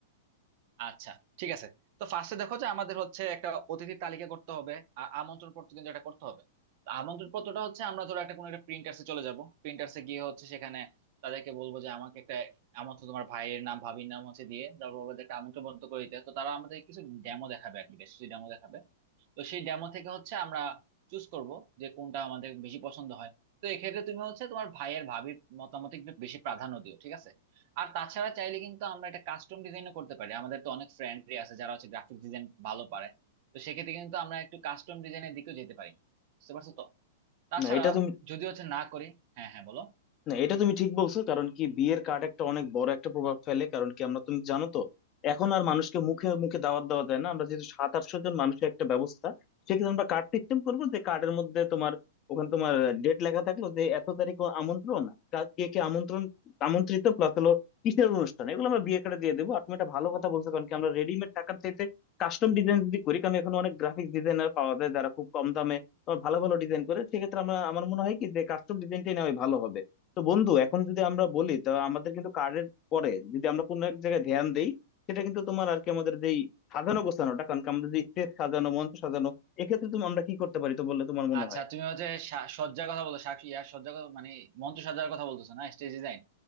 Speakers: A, on the right; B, on the left.
A: আচ্ছা ঠিক আছে তো ফার্স্টে দেখো যে আমাদের হচ্ছে একটা অতিথি তালিকা করতে হবে আর আমন্ত্রণ পত্র কিন্তু এটা করতে হবে তো আমন্ত্রণ পত্রটা হচ্ছে আমরা ধরো একটা কোনো একটা প্রিন্টার্সে চলে যাব প্রিন্টার্সে গিয়ে হচ্ছে সেখানে তাদেরকে বলবো যে আমাকে একটা আমন্ত্রণ তোমার ভাইয়ের নাম ভাবির নাম হচ্ছে দিয়ে তারপর বলবো যে একটা আমন্ত্রণ পত্র করে দিতে তো তারা আমাদের কিছু ডেমো দেখাবে আর কি বেশ কিছু ডেমো দেখাবে তো সেই ডেমো থেকে হচ্ছে আমরা চুজ করব যে কোনটা আমাদের বেশি পছন্দ হয় তো এক্ষেত্রে তুমি হচ্ছে তোমার ভাইয়ের ভাবির মতামত একটু বেশি প্রাধান্য দিও ঠিক আছে আর তাছাড়া চাইলে কিন্তু আমরা এটা কাস্টম ডিজাইনও করতে পারি আমাদের তো অনেক ফ্রেন্ডই আছে যারা হচ্ছে গ্রাফিক ডিজাইন ভালো পারে তো সেক্ষেত্রে কিন্তু আমরা একটু কাস্টম ডিজাইনের দিকেও যেতে পারি বুঝতে পারছো তো তাছাড়া
B: না এটা তুমি
A: যদি হচ্ছে না করি হ্যাঁ হ্যাঁ বলো
B: না এটা তুমি ঠিক বলছো কারণ কি বিয়ের কার্ড একটা অনেক বড় একটা প্রভাব ফেলে কারণ কি আমরা তুমি জানো তো এখন আর মানুষকে মুখে মুখে দাওয়াত দেওয়া যায় না আমরা যেহেতু সাত আটশো জন মানুষের একটা ব্যবস্থা সেক্ষেত্রে আমরা কার্ড সিস্টেম করবো যে কার্ডের মধ্যে তোমার ওখানে তোমার ডেট লেখা থাকলো যে এত তারিখ ও আমন্ত্রণ কা- কে কে আমন্ত্রণ আমন্ত্রিত প্লাস হলো কিসের অনুষ্ঠান এগুলো আমরা বিয়ে কার্ডে দিয়ে দেবো আর তুমি একটা ভালো কথা বলছো কারণ কি আমরা রেডিমেড টাকার চাইতে কাস্টম ডিজাইন যদি করি কারণ এখন অনেক গ্রাফিক ডিজাইনার পাওয়া যায় যারা খুব কম দামে তোমার ভালো ভালো ডিজাইন করে সেক্ষেত্রে আমরা আমার মনে হয় কি যে কাস্টম ডিজাইনটাই নেওয়াই ভালো হবে তো বন্ধু এখন যদি আমরা বলি তা আমাদের কিন্তু কার্ডের পরে যদি আমরা কোনো এক জায়গায় ধ্যান দেই সেটা কিন্তু তোমার আর কি আমাদের যেই সাজানো গোছানোটা কারণ কি আমাদের যে স্টেজ সাজানো মঞ্চ সাজানো এক্ষেত্রে তুমি আমরা কি করতে পারি তো বললে তোমার মনে
A: আচ্ছা
B: হয়
A: তুমি হচ্ছে সা- সজ্জার কথা বলতো শাক ইয়ার সজ্জার কথা মানে মঞ্চ সজ্জার কথা বলতেছো না স্টেজ ডিজাইন